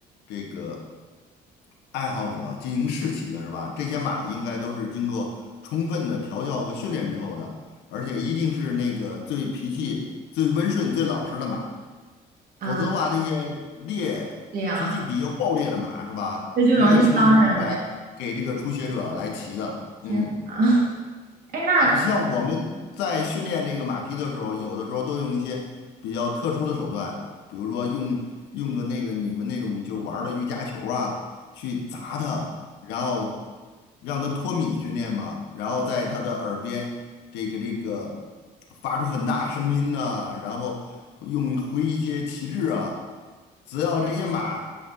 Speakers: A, on the left (about 85°); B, on the right (about 60°).
A: 这个爱好者进行试骑的是吧？这些马应该都是经过充分的调教和训练之后的，而且一定是那个最脾气最温顺、最老实的马，
B: 啊，
A: 否则的话，那些烈脾气比较暴烈的马是吧，
B: 这样这 <laughs> 就容易伤人的。
A: 不会轻易拿出来给这个初学者来骑的。
B: 天啊，
A: 嗯
B: <laughs> 哎，那
A: 你像我们在训练那个马匹的时候，有的时候都用一些比较特殊的手段，比如说用用个那个你们那种就是玩儿的瑜伽球啊，去砸它，然后让它脱敏训练嘛，然后在它的耳边这个这个发出很大声音呐、然后用挥一些旗帜啊，只要这些马